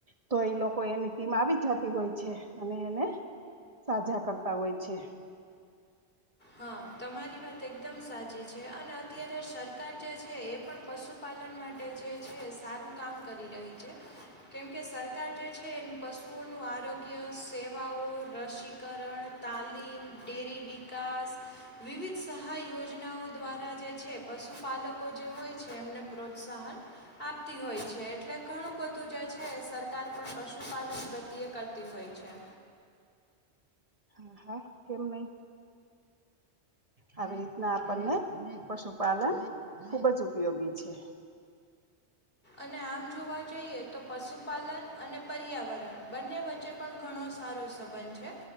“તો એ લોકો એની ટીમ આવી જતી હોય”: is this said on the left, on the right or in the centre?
Right